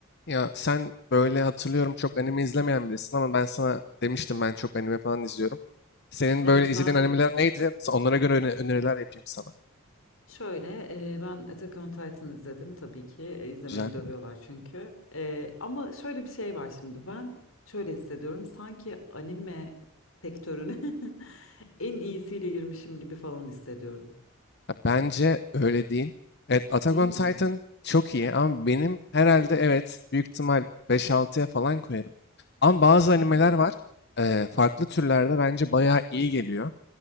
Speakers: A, on the left; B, on the left.
A: Ya sen böyle hatırlıyorum çok anime izlemeyen birisin ama ben sana demiştim ben çok anime falan izliyorum. Senin
B: Evet
A: böyle izlediğin
B: ben
A: animeler neydi? Onlara göre öne- öneriler yapayım sana.
B: şöyle e, ben Attack on Titan izledim tabii ki E, izlemeni
A: Güzel.
B: dövüyorlar çünkü E, ama şöyle bir şey var şimdi ben şöyle hissediyorum sanki anime sektörüne <laughs> en iyisiyle girmişim gibi falan hissediyorum
A: Ya bence öyle değil. Evet Attack
B: değil
A: on
B: mi?
A: Titan çok iyi ama benim herhalde evet büyük ihtimal beş altıya falan koyarım. Ama bazı animeler
B: Hı hı.
A: var. eee, farklı türlerde bence bayağı iyi geliyor.